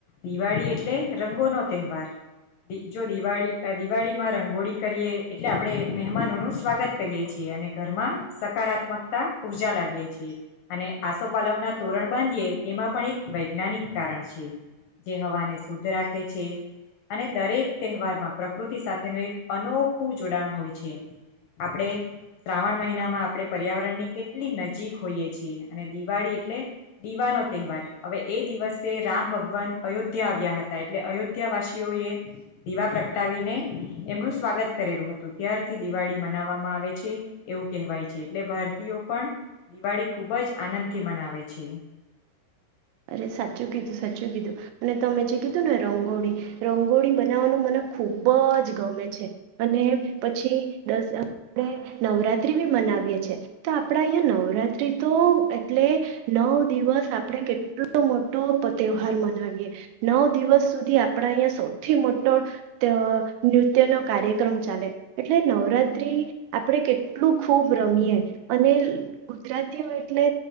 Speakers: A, on the left; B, on the right.
A: દિવાળી એટલે રંગોનો તહેવાર દી જો દિવાળી અ દિવાળીમાં રંગોળી કરીએ એટલે આપણે મહેમાનોનું સ્વાગત કરીએ છીએ અને ઘરમાં સકારાત્મકતા ઉર્જા લાવીએ છીએ અને આસોપાલવ ના તોરણ બાંધીએ એમાં પણ એક વૈજ્ઞાનિક કારણ છે જે હવાને શુદ્ધ રાખે છે અને દરેક તહેવારમાં પ્રકૃતિ સાથેનું એક અનોખું જોડાણ હોય છે આપણે શ્રાવણ મહિનામાં આપણે પર્યાવરણની કેટલી નજીક હોઈએ છીએ અને દિવાળી એટલે દીવાનો તહેવાર હવે એ દિવસ સે રામ ભગવાન અયોધ્યા આવ્યા હતા એટલે અયોધ્યા વાસીઓ એ દીવા પ્રગટાવીને એમનું સ્વાગત કરેલું હતું ત્યારથી દિવાળી મનાવામાં આવે છે એવું કહેવાય છે એટલે ભારતીયો પણ દિવાળી ખૂબ જ આનંદથી મનાવે છે.
B: અરે સાચું કીધું સાચું કીધું અને તમે જે કીધું ને રંગોળી રંગોળી બનાવવાનું મને ખુબ જ ગમે છે અને પછી દસ આપણે નવરાત્રી બી મનાવીએ છે તો આપડા અહીંયા નવરાત્રી તો એટલે નવ દિવસ આપણે કે ટલો મોટો તહેવાર મનાવીએ નવ દિવસ સુધી આપણા અહીંયા સૌથી મોટો અ નૃત્ય નો કાર્યક્રમ ચાલે એટલે નવરાત્રી આપણે કેટલું ખૂબ રમીએ અને ગુજરાતીઓ એટલે